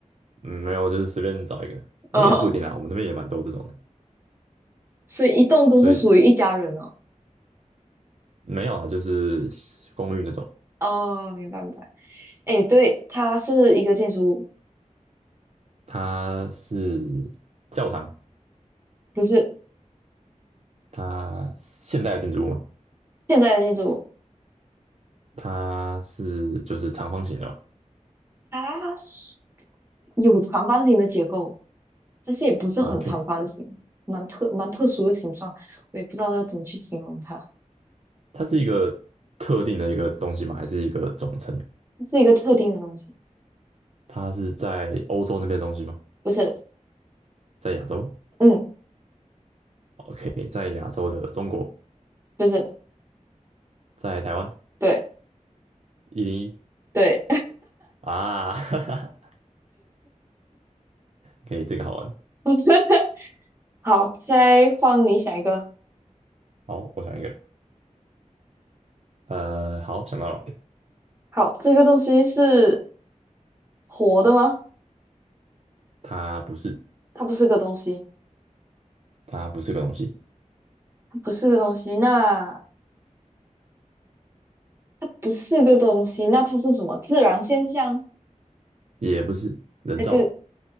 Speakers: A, on the right; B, on the right.
A: 嗯，没有，就是随便找一个，
B: 哦，
A: 诶也不一定啦，
B: 哦，
A: 我们那边也蛮多这种的，
B: 所以一栋都是属于一家人哦。
A: 所以没有啊，就是公寓那种，
B: 哦，明白明白。哎，对，它是一个建筑物，
A: 它是教堂，
B: 不是
A: 它现代的建筑物嘛，
B: 现在的建筑物，
A: 它是就是长方形的嘛
B: 它是有长方形的结构，但是也不是很长方形，
A: ，OK，
B: 蛮特蛮特殊的形状，我也不知道要怎么去形容它，
A: 它是一个特定的一个东西吗？还是一个总称？
B: 是一个特定的东西，
A: 它是在欧洲那边的东西吗？
B: 不是，
A: 在亚洲？
B: 嗯，
A: OK，在亚洲的中国，
B: 不是，
A: 在台湾
B: 对
A: 一零一
B: 对，
A: 啊，<laughs> 哈哈，可以，这个好玩。
B: <laughs> 好，现在换你想一个，
A: 好，我想一个，呃，好，想到了，
B: 好，这个东西是。活的吗？
A: 它不是，
B: 它不是个东西，
A: 它不是个东西，
B: 它不是个东西，那它不是个东西，那它是什么？自然现象
A: 也不是人造的，
B: 还是